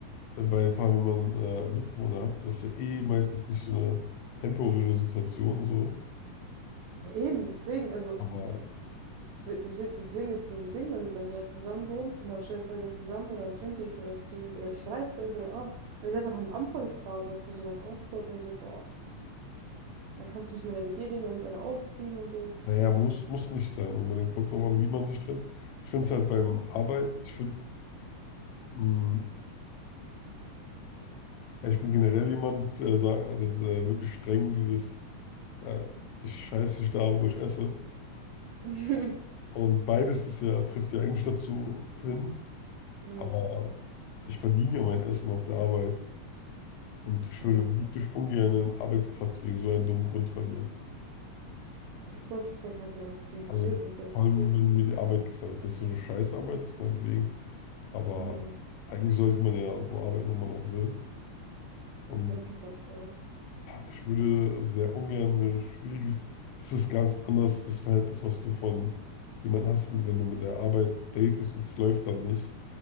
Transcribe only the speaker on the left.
äh, bei, vor allem wenn man äh, Mitbewohner hat, das ist ja eh meistens nicht so eine temporäre Situation so.
Aber
naja, muss, muss nicht sein unbedingt. Kommt drauf an, wie man sich trennt. Ich finde es halt beim Arbeit, ich würde Ja, Ich bin generell jemand, der sagt, das ist äh, wirklich streng, dieses äh, ich scheiße nicht da, wo ich esse.
Und beides ist ja, trifft ja eigentlich dazu hin.
Aber ich verdiene ja mein Essen auf der Arbeit. Und ich
würde wirklich ungern einen Arbeitsplatz wegen so einem dummen Grund verlieren.
Also
vor allem, wenn mir die Arbeit gefällt. Wenn es so eine Scheißarbeit ist, meinetwegen. Aber
eigentlich sollte man ja wo arbeiten, wo man auch will. Und
Ich würde sehr ungern eine schwierige. Das ist ganz anders, das Verhältnis, was du von jemandem hast, wenn du mit der Arbeit datest und es läuft dann nicht.